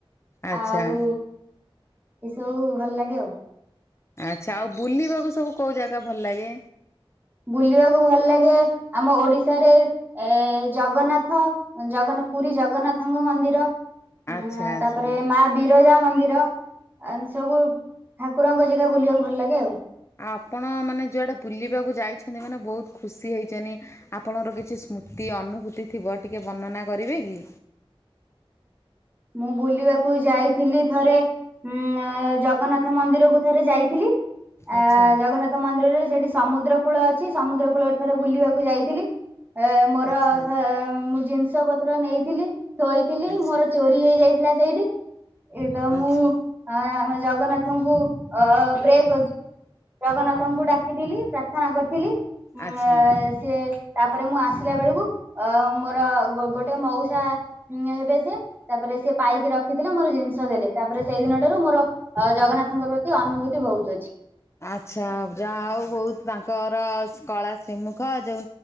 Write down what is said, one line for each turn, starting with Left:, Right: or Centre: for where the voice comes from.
Left: ଆଚ୍ଛା
Right: ଆଉ ଏସବୁ ଭଲ ଲାଗେ ଆଉ।
Left: ଆଚ୍ଛା ଆଉ ବୁଲିବାକୁ ସବୁ କୋଉ ଜାଗା ଭଲ ଲାଗେ?
Right: ବୁଲିବାକୁ ଭଲ ଲାଗେ ଆମ ଓଡ଼ିଶାରେ ଏ ଜଗନ୍ନାଥ ଜଗନ୍ନାଥ ପୁରୀ ଜଗନ୍ନାଥଙ୍କ ମନ୍ଦିର ଉ
Left: ଆଚ୍ଛା ଆଚ୍ଛା
Right: ତାପରେ
Left: ଆଉ
Right: ମା ବିରଜା ମନ୍ଦିର ଏ ସବୁ ଠାକୁରଙ୍କ ଜାଗା ବୁଲିବାକୁ ଭଲ ଲାଗେ ଆଉ।
Left: ଆଉ ଆପଣ ମାନେ ଯୁଆଡେ ବୁଲିବାକୁ ଯାଇଛନ୍ତି ମାନେ ବହୁତ ଖୁସି ହେଇଛନ୍ତି ଆପଣଙ୍କର କିଛି ସ୍ମୃ ସ୍ମୃତି ଅନୁଭୂତି ଥିବ ଟିକେ ବର୍ଣ୍ଣନା କରିବେ କି?
Right: ମୁଁ ବୁଲିବାକୁ ଯାଇଥିଲି ଥରେ ଉଁ ଜଗନ୍ନାଥ ମନ୍ଦିରକୁୁ ଥରେ ଯାଇଥିଲି ଆ
Left: ଆଚ୍ଛା
Right: ଜଗନ୍ନାଥ ମନ୍ଦିରରେ ସେଠି ସମୁଦ୍ର କୂଳ ଅଛି। ସମୁଦ୍ର କୂଳରେ ଥରେ ବୁଲିବାକୁ ଯାଇଥିଲି ଏ ମୋର
Left: ଆଚ୍ଛା
Right: ଥ ମୁଁ ଜିନିଷ ପତ୍ର ନେଇଥିଲି ଥୋଇଥିଲି
Left: ଆଚ୍ଛା
Right: ମୋର ଚୋରି ହେଇଯାଇଥିଲା ସେଇଠି ଏ ତ ମୁଁ
Left: ଆଚ୍ଛା
Right: ଆମ ଜଗନ୍ନାଥଙ୍କୁ ଅ ପ୍ରେ କରିଚୁ ଜଗନ୍ନାଥଙ୍କୁ ଡାକିଥିଲି ପ୍ରାର୍ଥନା କରିଥିଲି ଉ
Left: ଆଚ୍ଛା
Right: ସେ ତାପରେ ମୁଁ ଆସିଲା ବେଳକୁ ଅ ମୋର ଗୋ ଗୋଟେ ମଉସା ହେବେ ସେ ତାପରେ ସେ ପାଇକି ରଖିଥିଲେ ମୋର ଜିନିଷ ଦେଲେ ତାପରେ ସେଇଦିନ ଠାରୁ ମୋର ଜଗନ୍ନାଥଙ୍କ ପ୍ରତି ଅନୁଭୂତି ବହୁତ ଅଛି।
Left: ଆଚ୍ଛା ଯାହା ଆଉ ବହୁତ ତାଙ୍କର କଳା ଶ୍ରୀମୁଖ ଯେଉଁ